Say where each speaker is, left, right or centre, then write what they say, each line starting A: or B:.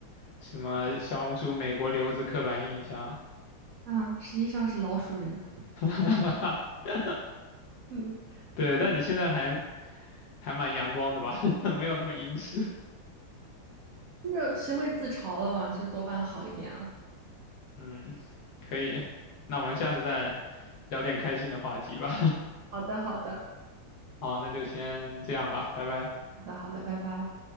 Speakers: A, on the left; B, on the right.
A: 什么小红书美国留子刻板印象，
B: 啊，实际上是老鼠人。
A: <laughs>
B: 嗯
A: 对，
B: 嗯，
A: 但你现在还还蛮阳光的吧，<laughs> 没有那么阴湿。
B: 就学会自嘲了嘛，就多半好一点了。
A: 嗯，可以，那我们下次再聊点开心的话题吧。
B: 好的，好的。
A: <laughs> 好，那就先这样吧，拜拜。
B: 好的，好的，拜拜。